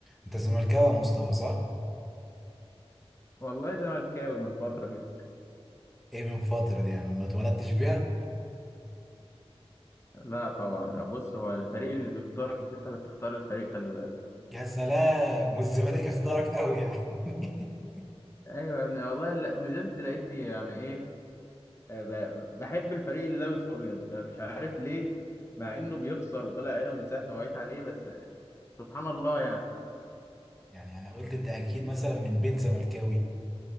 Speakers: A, in the centre; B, on the left.
A: انت زملكاوي يا مصطفى صح؟
B: والله زملكاوي من فترة كده
A: ايه من فترة دي يعني ما اتولدتش بيها؟
B: لا طبعا بص هو الفريق اللي بيختارك مش انت اللي بتختار الفريق خلي بالك
A: يا سلام <laughs> والزمالك اختارك قوي يعني <laughs>
B: ايوه يا ابني والله لا- نزلت لقيتني يعني ايه آه، ب- بحب الفريق اللي لابس ابيض ده مش عارف ليه مع انه بيخسر وطالع عينه من ساعة ما وعيت عليه بس سبحان الله يعني
A: يعني انا قلت انت اكيد مثلا من بيت زملكاوي